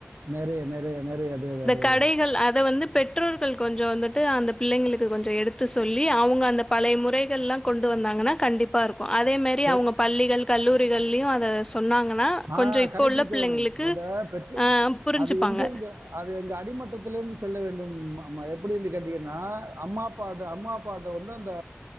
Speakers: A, on the right (about 80°); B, on the left (about 20°).
A: நெறைய நெறைய நெறைய அதே அதே
B: கடைகள்
A: அதேதா
B: அத வந்து பெற்றோர்கள் கொஞ்சோ வந்துட்டு அந்த பிள்ளைங்களுக்கு கொஞ்சோ எடுத்து சொல்லி அவங்க அந்த பழைய முறைகள் எல்லா கொண்டு வந்தாங்கன்னா கண்டிப்பா இருக் கு அதேமேரி
A: பெ
B: அவங்க பள்ளிகள் கல்லூரிகள் அத <unintelligible>
A: ஆ
B: கொஞ்சம் இப்போ
A: கடைபிடிக்க
B: உள்ள பிள்ளைங்களுக்கு
A: வேணும் மொத
B: அ புரிஞ்சுப்பாங்க.
A: அது எங்கிருந்து அது எங்க அடிமட்டத்தில இருந்து செல்ல வேண்டும் எப்படி கேட்டீங்கன்னா அம்மா அப்பா அம்மா அப்பா வந்து அந்த